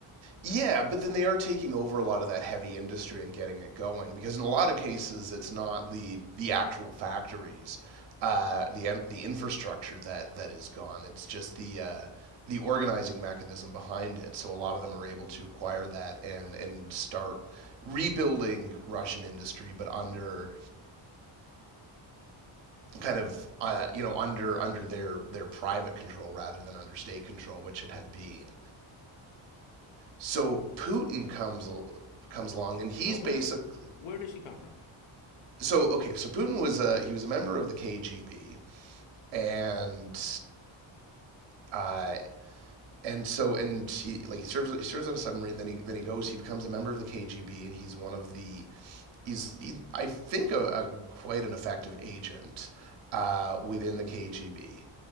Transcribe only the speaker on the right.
yeah, but then they are taking over a lot of that heavy industry and getting it going because in a lot of cases it's not the the actual factories, uh, the en- the infrastructure that that is gone. It's just the uh, the organizing mechanism behind it. So a lot of them are able to acquire that and and start rebuilding Russian industry, but under kind of uh, you know under under their their private control rather than under state control, which it had been. so Putin comes comes along and he's
basically
so okay. So Putin was a he was a member of the KGB and uh, and so and he like he serves he serves on a submarine. Then he then he goes. He becomes a member of the KGB and he's one of the he's he's I think a, a quite an effective agent uh, within the KGB.